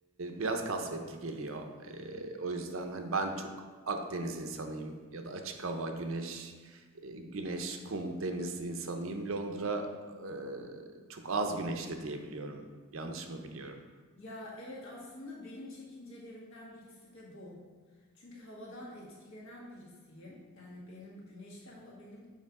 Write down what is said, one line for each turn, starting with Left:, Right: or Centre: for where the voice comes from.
Right: biraz kasvetli geliyor. E, o yüzden hani ben çok Akdeniz insanıyım ya da açık hava, güneş, e, güneş, kum, deniz insanıyım. Londra e, çok az güneşli diye biliyorum. Yanlış mı biliyorum?
Left: Ya evet aslında benim çekincelerimden birisi de bu. Çünkü havadan etkilenen birisiyim. Yani benim güneşli hava benim